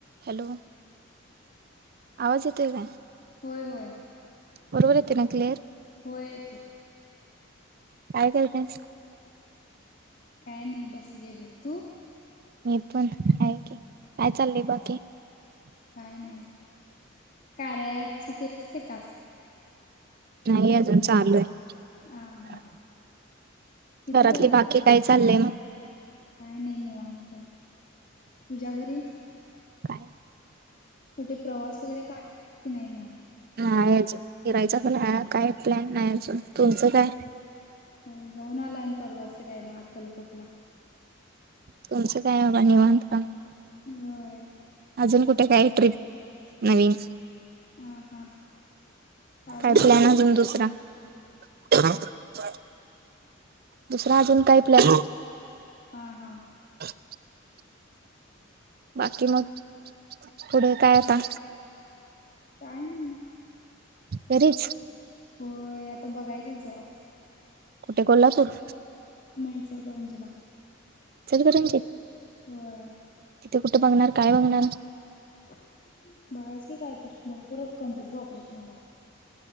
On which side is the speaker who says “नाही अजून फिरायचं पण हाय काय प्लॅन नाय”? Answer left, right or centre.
Right